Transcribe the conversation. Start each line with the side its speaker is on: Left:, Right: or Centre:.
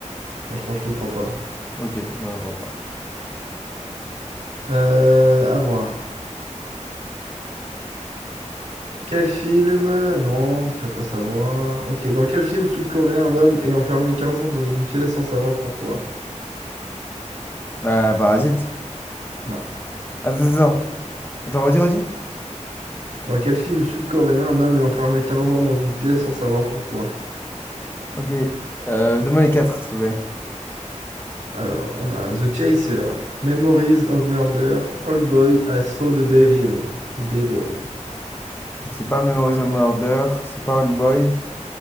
Right: franchement, je te crois pas.
Left: Ok, bah, bon, bah,
Right: Euh, à moi. Quel film? Non, tu vas pas savoir. Ok, dans quel film sud-coréen un homme est enfermé 15 ans dans une pièce sans savoir pourquoi?
Left: bah, parasite.
Right: Non.
Left: Attends, attends, attends. Attends, redis, redis.
Right: Dans quel film sud-coréen un homme est enfermé 15 ans dans une pièce sans savoir pourquoi?
Left: Ok, euh, donne-moi les quatre, s'il te plaît.
Right: Alors, on a The Chaser, Memories of Murder, Old Boy, I Saw the Devil. The Devil.
Left: Donc c'est pas Memories of Murder, c'est pas Old Boy,